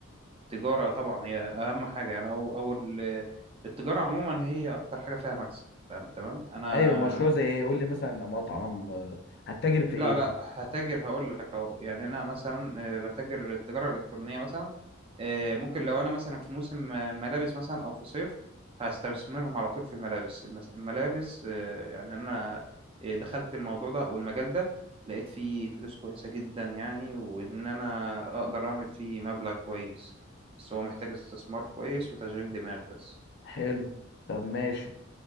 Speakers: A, on the right (about 30°); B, on the left (about 55°).
A: التجارة طبعا هي أهم حاجة أنا أو أو ال- التجارة عموما هي أكتر حاجة فيها مكسب فاهم تمام أنا
B: ايوه مشروع زي ايه قول لي مثلا مطعم آه، هتتاجر في
A: لا
B: ايه
A: لا هتاجر هقول لك اهو يعني انا مثلا آه، بتاجر التجاره الالكترونيه مثلا آه، ممكن لو انا مثلا في موسم آه، ملابس مثلا او في صيف هستثمرهم على طول في الملابس المس- الملابس آه، يعني انا آه، دخلت الموضوع ده او المجال ده لقيت فيه فلوس كويسه جدا يعني وان انا اقدر اعمل فيه مبلغ كويس بس هو محتاج استثمار كويس وتشغيل دماغ بس
B: حلو طب ماشي